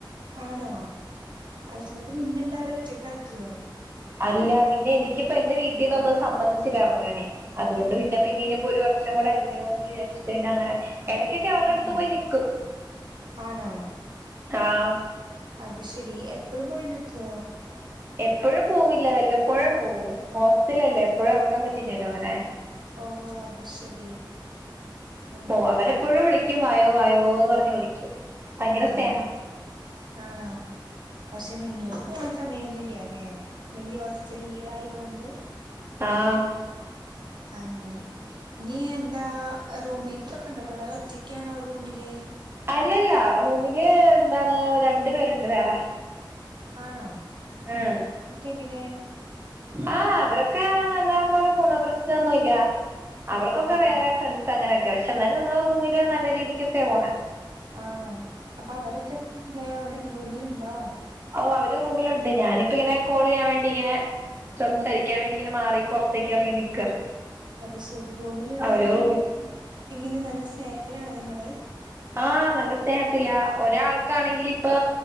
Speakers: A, on the right (about 60°); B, on the right (about 30°).
A: ആണോ അത് ശരി നിന്നെന്താ അവരൊറ്റക്കാക്കിയോ.
B: അല്ല പിന്നെ എനിക്കിപ്പെന്റെ വീട്ടീന്നൊന്നും സമ്മതിച്ചില്ലിറങ്ങാന്. അതുകൊണ്ട് പിന്നെ പിന്നെ ഇനിയിപ്പോ ഒരു വർഷം കൂടെ അല്ലയോന്ന് വിചാരിച്ചിട്ട്. പിന്നങ്ങനെ ഇട ക്കൊക്കെ അവരുടെ
A: ഉം.
B: അടുത്ത് പോയി നിക്കും
A: ആണോ
B: ആഹ്
A: അത് ശെരി എപ്പളും പോയി നിക്കോ?
B: <inaudible> എപ്പഴും പോവില്ല. വല്ലപ്പോഴേ പോവുള്ളൂ ഹോസ്റ്റലല്ലേ എപ്പോഴും ഇറങ്ങാൻ പറ്റില്ലല്ലോ അങ്ങനെ.
A: ഓ അത് ശരി അങ്ങനെയല്ലേ
B: പോ അവരെപ്പോഴും വിളി. ക്യും വായോ വായോന്ന് പറഞ്ഞ് വിളിക്കും. ഭയങ്കര
A: ആഹ്
B: സ്നേഹ
A: ആണോ പക്ഷെ നിങ്ങൾക്ക് പോവാൻ സമയൊന്നുല്യാലേ വല്യ ഹോസ്റ്റല്ലായതോണ്ട്
B: ആഹ്
A: അങ്ങനെ ഇനി എന്താ റൂംമെയ്റ്റ്സൊക്കെണ്ടോ കൂടെ അതോ ഒറ്റക്കാണോ റൂമില്
B: അല്ലല്ല റൂമില് എന്താണ് രണ്ട് പേരുണ്ട് വേറെ
A: ആണോ
B: ഏഹ്
A: എന്നിട്ടെങ്ങനെ
B: ആഹ് അവരൊക്കെ നല്ല പോലെ പോണൂ പ്രശ്നൊന്നുല്ല്യ അവർക്കൊക്കെ
A: അത് ശരി
B: വേറെ ഫ്രണ്ട്സ് സ് അങ്ങനെയൊക്കെ പക്ഷെ ന്നാലും നമ്മളെ റൂമില് നല്ല രീതിക്കൊക്കേ പോണേ
A: ആണോ അപ്പൊ അവരൊക്കെ അവിടെ റൂമിലുണ്ടോ
B: ഓഹ് അവര് റൂമിലുണ്ട് ഞാനിപ്പങ്ങനെ കോള് ചെയ്യാൻ വേണ്ടിങ്ങനെ സംസാരിക്കാൻ വേണ്ടി ഇങ്ങനെ മാറി പൊറത്തേക്ക് എറങ്ങി നിക്ക
A: അത് ശരി റൂമിലുള്ളോരൊക്കെ
B: അവര് റൂമിൽ
A: എങ്ങനെ നല്ല സ്നേഹത്തിലാണോ നിങ്ങള്
B: ആഹ് നല്ല സ്നേഹത്തിലാ ഒരാൾക്കാണെങ്കിലിപ്പൊ